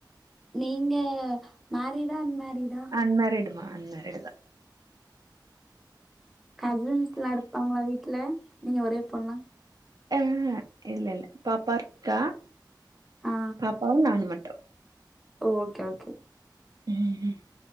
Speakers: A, in the centre; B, on the right.
A: நீங்க மேரீடா அன்மேரீடா
B: அன்மேரீடுமா அன்மேரீடுதா
A: கஸின்ஸ்லா இருப்பாங்களா வீட்ல நீங்க ஒரே பொண்ணா
B: ஆ இல்ல இல்ல பாப்பா இருக்கா
A: ஆ
B: பாப்பாவு நானுமட்
A: ஓ ஓகே ஓகே
B: ம்